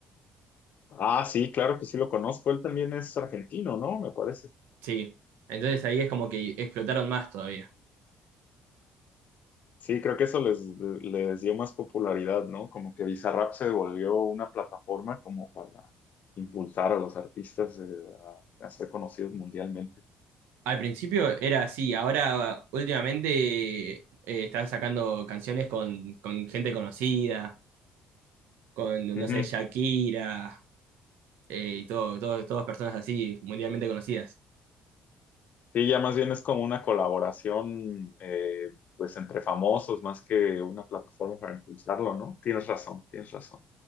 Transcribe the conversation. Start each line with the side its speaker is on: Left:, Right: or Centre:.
Left: Ah, sí, claro que sí lo conozco. Él también es argentino, ¿no? Me parece.
Right: Sí, entonces ahí es como que explotaron más todavía.
Left: Sí, creo que eso les, les dio más popularidad, ¿no? Como que Bizarrap se volvió una plataforma como para impulsar a los artistas eh, a, a ser conocidos mundialmente.
Right: Al principio era así, ahora últimamente eh, está sacando canciones con, con gente conocida, con,
Left: Ujú.
Right: no sé, Shakira, eh, y todo, todo, todas personas así, mundialmente conocidas.
Left: Sí, ya más bien es como una colaboración, eh, pues entre famosos más que una plataforma para impulsarlo, ¿no? Tienes razón, tienes razón.